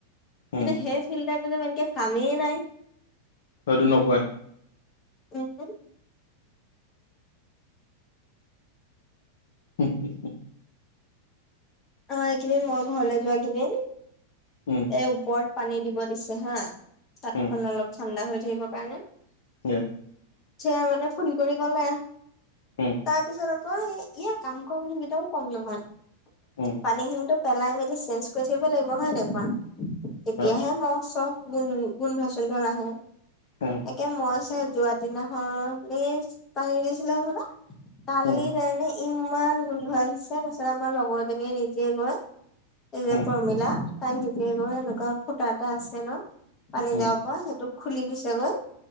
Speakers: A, on the left; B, on the left.
A: উম,
B: কিন্তু সেই ফিল্ডাৰ এনকে কামেই নাই
A: সেইটো নকয়
B: কচোন
A: হম হু হ
B: অ এইকেইদিন মই ঘৰলে যোৱা কেইদিন
A: উম,
B: এই ওপৰত পানী দিব দিছে হা তাতখন
A: উম,
B: অলপ ঠাণ্ডা হৈ থাকিবৰ কাৰণে
A: <unintelligible>
B: চাৰ মানে ফোন কৰি কলে
A: উম,
B: তাৰপিছত কয় ইয় কাম ককেইটাও কম নহয়
A: উম,
B: পানী খিনিতো পেলাই মেলি চেঞ্জ কৰি থাকিব লাগিব হয় ন পা তেতিয়াহে
A: অ',
B: ম চব গুণ গোন্ধচধ নাহে
A: উম,
B: একে মইছে যোৱা দিনাখন নি পানী দিছিলে হ'ব ন কালি
A: উম,
B: যাই ইমান গোন্ধ আহিছে তাৰপিছত আমাৰ লগৰ জনীয়ে নিজে গৈ এইতি যে
A: উম,
B: প্ৰমীলা তাই নিজে এনেকুৱা খুটা এটা আছে ন পানী
A: উম,
B: যাব পৰা সিহটো খুলি দিছে গল